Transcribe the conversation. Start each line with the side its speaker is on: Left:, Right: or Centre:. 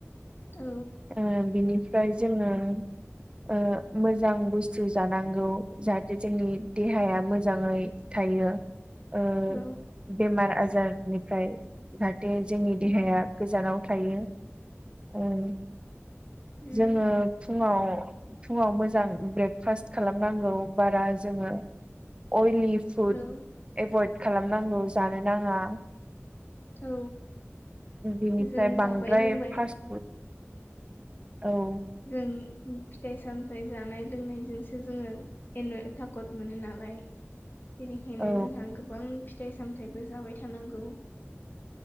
Left: औ
Right: ओ बिनिफ्राय जोङो ओ मोजां बुस्थु जानांगौ जाहाथे जोंनि देहाया मोजाङै थायो। ओ
Left: औ
Right: बेमार आजारनिफ्राय जाहाथे जोंनि देहाया
Left: औ
Right: गोजानाव थायो ओ
Left: उम
Right: जोङो फुङाव फुङाव मोजां ब्रेकफास्ट खालामनांगौ बारा जोङो अइलि फुद
Left: ओ
Right: एभइड खालामनांगौ जानो नाङा।
Left: औ
Right: बिनिफ्राय
Left: जों जाबाय
Right: बांद्राय
Left: लोंबाय
Right: फार्स औ
Left: जों फिथाइ सामथाइ जानाय लोंनायजोंसो जोंङो एन' थाखकट मोनो नालाय। बेनिखायनो
Right: औ
Left: जोंहा गोबां फिथाइ सामथायाइबो जाबाय थानांगौ।